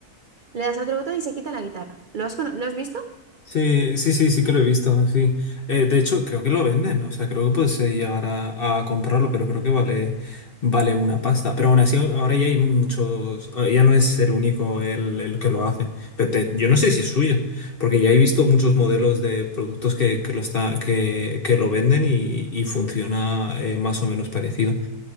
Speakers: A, on the right; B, on the left.
A: Le das a otro botón y se quita la guitarra. ¿Lo has, cono- lo has visto?
B: Sí, sí, sí, sí que lo he visto, sí. Eh, de hecho, creo que lo venden, o sea, creo que puedes eh, llegar a, a comprarlo, pero creo que vale, vale una pasta. Pero aún así, ahora ya hay muchos, ah, ya no es el único el, el que lo hace. Pero te- yo no sé si es suyo, porque ya he visto muchos modelos de productos que, que lo está, que, que lo venden y, y funciona eh, más o menos parecido.